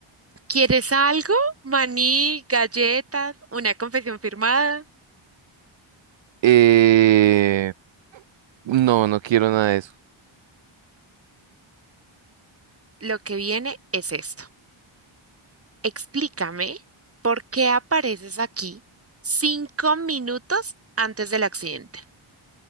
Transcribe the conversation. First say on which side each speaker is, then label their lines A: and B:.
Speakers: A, on the right (about 25°); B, on the right (about 65°).
A: ¿Quieres algo? Maní, galletas, una confesión firmada.
B: Eh, no, no quiero nada de eso.
A: Lo que viene es esto. Explícame por qué apareces aquí cinco minutos antes del accidente.